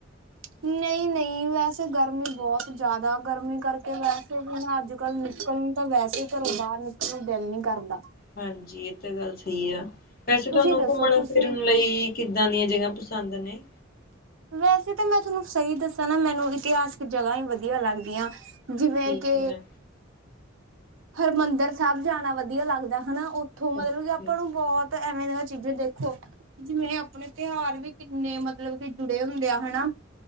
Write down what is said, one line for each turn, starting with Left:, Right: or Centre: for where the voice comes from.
Right: ਨਹੀਂ -ਨਹੀਂ ਵੈਸੇ ਗਰਮੀ ਬਹੁਤ ਜ਼ਿਆਦਾ ਗਰਮੀ ਕਰਕੇ ਵੈਸੇ ਅੱਜ ਕੱਲ੍ਹ ਨਿਕਲਣ ਤਾਂ ਵੈਸੇ ਹੀ ਘਰੋਂ ਬਾਹਰ ਨਿਕਲਣ ਦਿਲ ਨੀ ਕਰਦਾ।
Left: ਹਾਂਜੀ, ਇਹ ਤਾਂ ਗੱਲ ਸਹੀ ਆ। ਵੈਸੇ
Right: ਤੁਸੀਂ
Left: ਤੁਹਾਨੂੰ
Right: ਦੱਸੋ
Left: ਘੁੰਮਣ
Right: ਤੁਸੀਂ
Left: ਫਿਰਨ ਲਈ ਕਿੱਦਾਂ ਦੀਆਂ ਜਗ੍ਹਾ ਪਸੰਦ ਨੇ।
Right: ਵੈਸੇ ਤਾਂ ਮੈਂ ਤੁਹਾਨੂੰ ਸਹੀ ਦੱਸਾਂ ਨਾ ਮੈਨੂੰ ਇਤਿਹਾਸਿਕ ਜਗ੍ਹਾ ਹੀ ਵਧੀਆ ਲੱਗਦੀਆਂ। ਜਿਵੇਂ
Left: ਠੀਕ
Right: ਕਿ
Left: ਐ
Right: ਹਰਿਮੰਦਰ ਸਾਹਿਬ ਜਾਣਾ ਵਧੀਆ ਲੱਗਦਾ ਹਨਾ। ਉੱਥੋਂ ਮਤਲਬ
Left: ਓਕੇ।
Right: ਕਿ ਆਪਾਂ ਨੂੰ ਬਹੁਤ ਤਾਂ ਐਵੇਂ ਦੀਆਂ ਚੀਜ਼ਾਂ ਦੇਖੋ। ਜਿਵੇਂ ਆਪਣੇ ਤਿਉਹਾਰ ਵੀ ਕਿੰਨੇ ਮਤਲਬ ਕਿ ਜੁੜੇ ਹੁੰਦੇ ਆ ਹਨਾ।